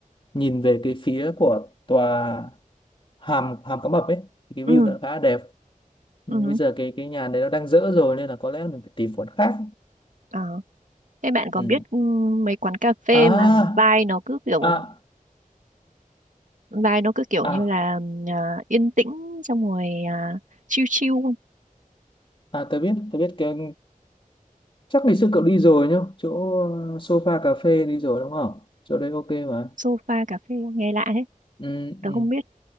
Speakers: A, on the left; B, on the right.
A: nhìn về cái phía của tòa hàm hàm cá mập ấy thì cái
B: ừ,
A: view nó khá là đẹp
B: ừ,
A: Nhưng bây giờ cái cái nhà đấy nó đang dỡ rồi nên là có lẽ mình phải tìm quán khác
B: ờ. Thế bạn có
A: ừ.
B: biết ừ, mấy quán cà phê
A: à
B: mà vibe nó cứ kiểu
A: à
B: vibe nó cứ kiểu
A: à
B: như là à, yên tĩnh xong rồi à, chill chill không?
A: à tớ biết tớ biết cái chắc ngày xưa cậu đi rồi nhá chỗ ờ, sofa cà phê đi rồi đúng không chỗ đấy ok mà
B: Sofa cà phê nghe lạ thế.
A: ừ,
B: Tớ
A: ừ.
B: không biết